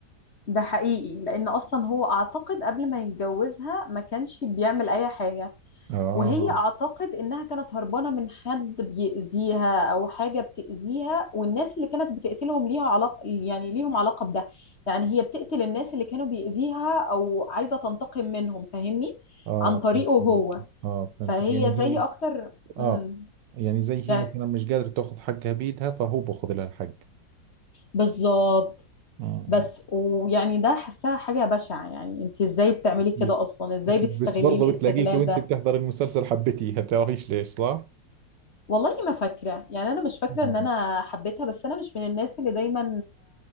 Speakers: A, on the left (about 40°); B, on the right (about 80°).
A: ده حقيقي لان اصلا هو اعتقد قبل ما يتجوزها ما كانش بيعمل اي حاجة
B: اه
A: وهي اعتقد انها كانت هربانه من حد بيأذيها او حاجه بتأذيها والناس اللي كانت بتقتلهم ليها علاقه يعني ليهم علاقه بده يعني هي بتقتل الناس اللي كانوا بيأذيها او عايزه تنتقم منهم فاهمني
B: اه
A: عن طريقه
B: فهمت
A: هو
B: عليك اه
A: فهي
B: فهمت يعني
A: زي
B: هي
A: اكتر
B: اه
A: امم
B: يعني زي
A: يعني
B: هي مثلا مش قادرة تاخذ حقها بيدها فهو باخذ لها الحق
A: بالظبط
B: آه.
A: بس ويعني ده حسها حاجه بشعه يعني انت ازاي بتعملي
B: أكيد
A: كده اصلا ازاي
B: أكيد
A: بتستغليه
B: بس برضه
A: الاستغلال
B: بتلاقيك وأنت
A: ده
B: بتحضر المسلسل حبيتيها بتعرفيش ليش صح؟
A: والله ما فاكره يعني انا مش فاكره
B: نعم.
A: ان انا حبيتها بس انا مش من الناس اللي دايما